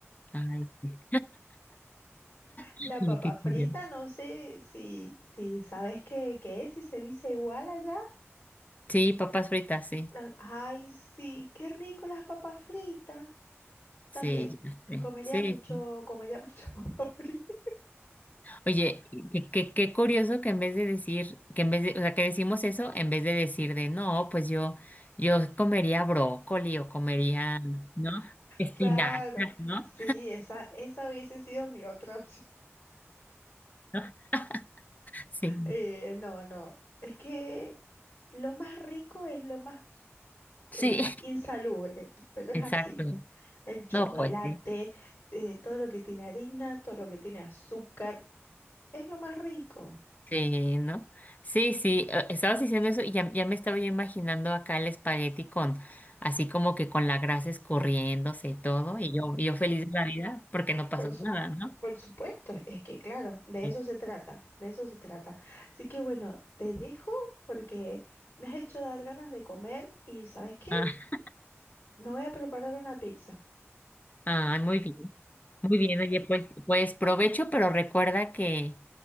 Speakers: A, on the left; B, on the left.
A: Ay, sí. Ay,
B: La papa
A: qué
B: frita,
A: curioso.
B: no sé si, si sabes qué, qué es, si se dice igual allá.
A: Sí, papas fritas, sí.
B: La- ay, sí, qué rico las papas fritas.
A: Sí,
B: También
A: ya sé.
B: comería
A: Sí,
B: mucho,
A: sí.
B: comería <laughs> mucha papa frita.
A: Oye, qué, qué- qué curioso que en vez de decir, que en vez de, o sea, que decimos eso, en vez de decir de no, pues yo, yo comería brócoli o comería, ¿no? Espinacas,
B: Claro,
A: ¿no?
B: sí, esa, esa hubiese sido mi otra opción.
A: <laughs> Sí,
B: Eh, no, no, es que lo más rico es lo más
A: sí,
B: eh, insalubre,
A: <laughs>
B: pero es
A: exacto.
B: así. El chocolate,
A: No, pues sí.
B: eh, todo lo que tiene harina, todo lo que tiene azúcar, es lo más rico.
A: Sí, ¿no? Sí, sí, eh, estabas diciendo eso y ya, ya me estaba yo imaginando acá el espagueti con, así como que con la grasa escurriéndose y todo, y yo, y yo feliz de la vida porque no pasó
B: Por su-
A: nada, ¿no?
B: por supuesto, es que claro, de
A: Sí.
B: eso se trata, de eso se trata. Así que bueno, te dejo porque me has hecho dar ganas de comer y ¿sabes qué?
A: Ah,
B: Me voy a preparar una pizza.
A: ay, muy bien, muy bien, oye, pues, pues provecho, pero recuerda que,